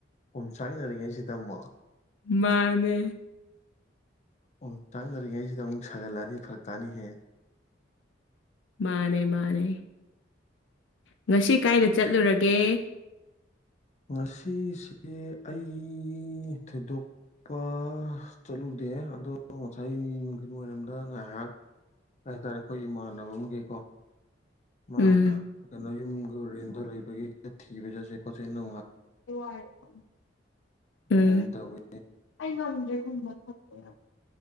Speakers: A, on the left; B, on the left.
A: ꯀꯨꯝ ꯆꯥꯅꯔꯤꯉꯩ ꯁꯤ ꯇꯝꯃꯣ
B: ꯃꯥꯅꯦ
A: ꯑꯣꯨꯛ ꯆꯥꯛꯅꯔꯤꯉꯩꯁꯤꯗ ꯑꯃꯨꯛ ꯁꯥꯒꯠꯂꯛꯑꯗꯤ ꯐꯔꯛ ꯀꯥꯅꯤꯍꯦ
B: ꯃꯥꯅꯦ ꯃꯥꯅꯦ ꯉꯁꯤ ꯀꯥꯏꯗ ꯆꯠꯂꯨꯔꯒꯦ
A: ꯉꯁꯤꯁꯦ ꯑꯩ ꯊꯣꯏꯗꯣꯛ ꯄꯥ ꯆꯠꯂꯨꯗꯦ ꯑꯗꯣ ꯏꯁꯩ ꯅꯨꯡꯊꯜ ꯋꯥꯔꯝꯗ ꯉꯥꯏꯍꯥꯛ ꯀꯩ ꯍꯥꯏꯇꯥꯔꯦ ꯑꯩꯈꯣꯏ ꯏꯃꯥꯟꯅꯕ ꯑꯃꯒꯤꯀꯣ ꯃꯥ
B: ꯎꯝ
A: ꯀꯩꯅꯣ ꯌꯨꯝꯒ ꯔꯦꯟꯗ ꯂꯩꯕꯒꯤ ꯊꯤꯕ ꯆꯠꯁꯦ ꯈꯣꯠꯉ
B: ꯎꯝ <unintelligible>
A: ꯑꯗꯨꯃꯥꯏꯅ ꯇꯧꯋꯦ